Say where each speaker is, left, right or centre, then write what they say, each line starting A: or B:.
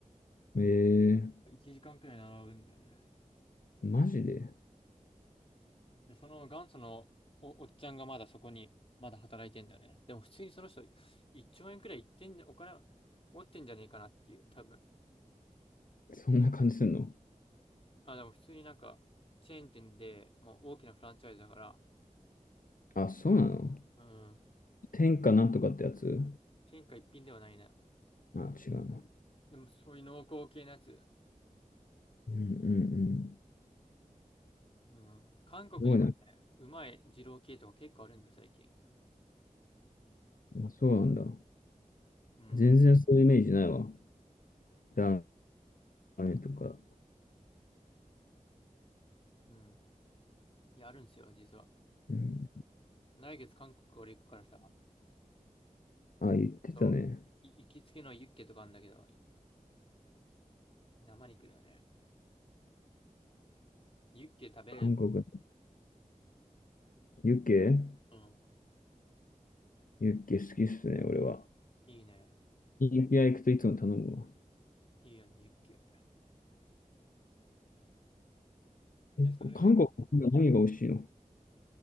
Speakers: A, on the left; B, on the left.
A: えー、
B: 1時間くらい並ぶんだよね。
A: マジで
B: で、その元祖のお、おっちゃんがまだそこに、まだ働いてんだよね。でも普通にその人、1兆円くらいいってんじゃ、お金持ってんじゃねえかなっていう、多分。
A: そんな感じすんの
B: あ、でも普通になんか、チェーン店で、もう大きなフランチャイズだから、
A: あ、そうなの
B: うん、
A: 天下なんとかってやつ
B: 天下一品ではないな。
A: あ、違うの
B: でもそういう濃厚系のやつ、
A: うんうん
B: うん、韓国にもね、
A: すごいね。
B: うまい二郎系とか結構あるんだよ、最近。
A: あ、そうなんだ。
B: うん、
A: 全然そういうイメージないわ。ラーメンとか。
B: うん。いや、あるんですよ、実は。
A: うん。
B: 来月韓国俺行くからさ、
A: あ、言ってたね。
B: そう、い行きつけのユッケとかあるんだけど、生肉だよね。ユッケ食べれる。
A: 韓国。ユッケ
B: うん。
A: ユッケ好きっすね、俺は。
B: いいね。
A: ユッケ屋行くといつも頼むわ。
B: いいよね、ユッケ。で、
A: 結構、
B: それら、
A: 韓国の何が美味しいの